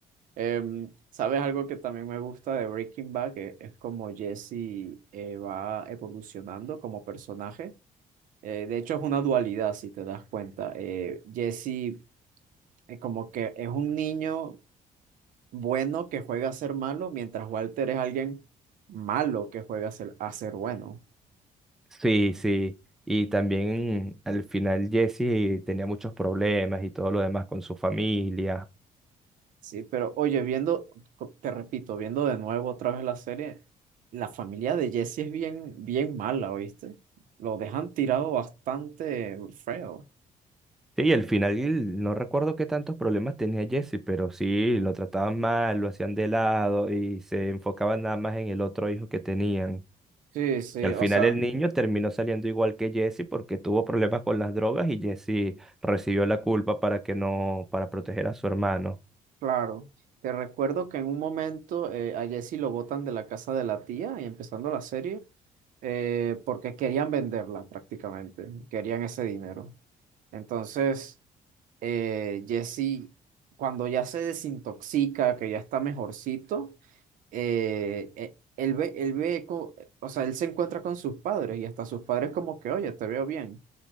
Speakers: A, on the right; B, in the centre.
A: Em, ¿sabes algo que también me gusta de Breaking Bad? Que es como Jesse eh, va evolucionando como personaje. Eh, de hecho, es una dualidad, si te das cuenta. Eh, Jesse eh, como que es un niño bueno que juega a ser malo, mientras Walter es alguien malo que juega a ser a ser bueno.
B: Sí, sí. Y también al final Jesse tenía muchos problemas y todo lo demás con su familia.
A: Sí, pero oye, viendo, co- te repito, viendo de nuevo otra vez la serie, la familia de Jesse es bien, bien mala, ¿oíste? Lo dejan tirado bastante feo.
B: Sí, y al final no recuerdo qué tantos problemas tenía Jesse, pero sí, lo trataban mal, lo hacían de lado y se enfocaban nada más en el otro hijo que tenían.
A: Sí, sí,
B: Y al
A: o
B: final
A: sea,
B: el niño terminó saliendo igual que Jesse porque tuvo problemas con las drogas y Jesse recibió la culpa para que no, para proteger a su hermano.
A: claro. Te recuerdo que en un momento eh, a Jesse lo botan de la casa de la tía y empezando la serie, eh, porque querían venderla prácticamente, querían ese dinero. Entonces, eh, Jesse, cuando ya se desintoxica, que ya está mejorcito eh, eh, él ve, él ve, co- o sea, él se encuentra con sus padres y hasta sus padres como que, oye, te veo bien.